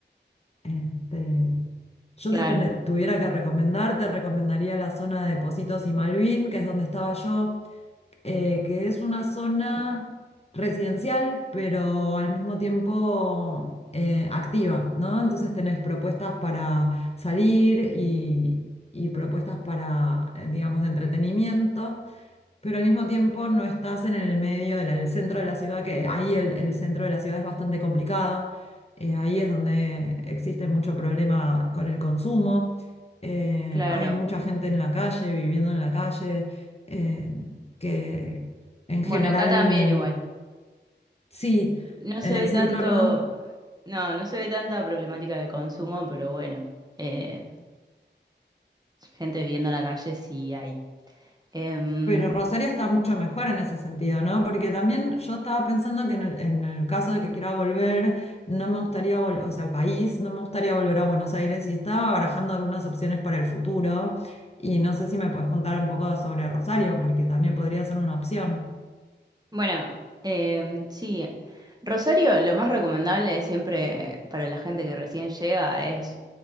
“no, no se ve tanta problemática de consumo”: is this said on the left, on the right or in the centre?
Right